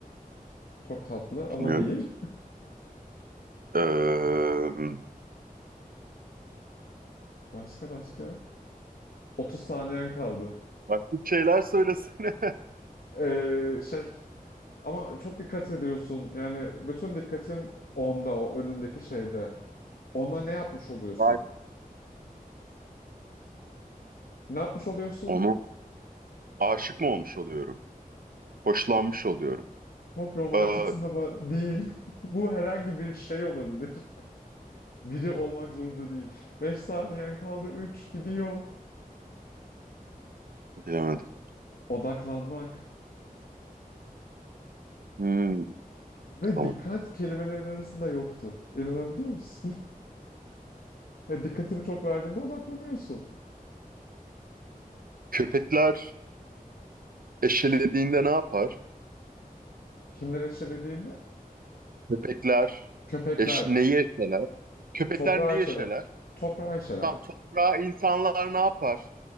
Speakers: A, on the left; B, on the right.
A: Çok tatlı ama
B: Bilmiyorum.
A: değil.
B: Em,
A: Başka başka. 30 saniyen kaldı.
B: başka bir şeyler söylesene.
A: Ee, şey ama çok dikkat ediyorsun. Yani bütün dikkatin onda, o önündeki şeyde. Ona ne yapmış oluyorsun?
B: <laughs> Vay.
A: Ne yapmış oluyorsun?
B: Onu aşık mı olmuş oluyorum? Hoşlanmış oluyorum.
A: Çok romantiksin
B: Aa,
A: ama değil. <laughs> Bu herhangi bir şey olabilir. Biri olmak zorunda değil. 5 saniyen kaldı. üç gidiyor.
B: bilemedim.
A: Odaklanmak.
B: Hmm,
A: Ve
B: tamam.
A: dikkat kelimelerin arasında yoktu. İnanabiliyor musun? <laughs> Yani dikkatini çok verdiğinde odaklanıyorsun.
B: Köpekler eşelediğinde ne yapar?
A: Kimleri eşelediğinde?
B: Köpekler
A: Köpekler.
B: eş, neyi eşeler? Köpekler
A: Toprağı
B: ne yaşarlar?
A: eşeler. Toprağı eşeler.
B: Tamam toprağa insanlar ne yapar